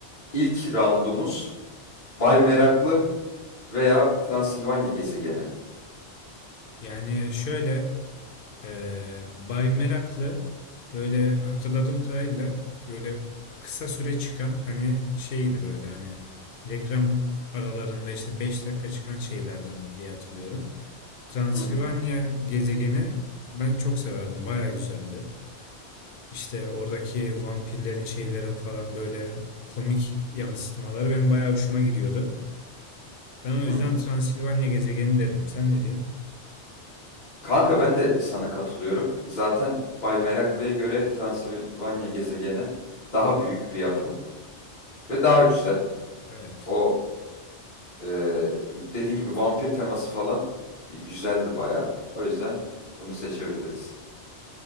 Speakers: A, on the left; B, on the left.
A: ilk roundumuz Bay Meraklı veya Transilvanya gezegeni.
B: Yani şöyle e, Bay Meraklı böyle hatırladığım kadarıyla böyle kısa süre çıkan hani şeydi böyle hani reklam aralarında işte 5 dakika çıkan şeylerden diye hatırlıyorum. Transilvanya
A: Hı hı.
B: gezegeni ben çok severdim. Baya güzeldi. İşte oradaki vampirlerin şeylerin falan böyle komik yansıtmaları benim bayağı hoşuma gidiyordu. Ben o yüzden
A: Hı hı.
B: Transilvanya gezegeni derim. Sen ne diyorsun?
A: Kanka ben de sana katılıyorum. Zaten Bay Meraklı'ya göre Transilvanya gezegeni daha büyük bir yapım ve daha güzel.
B: Evet.
A: O Ee, dediğin gibi vampir teması falan e, güzeldi bayağı. O yüzden bunu seçebiliriz.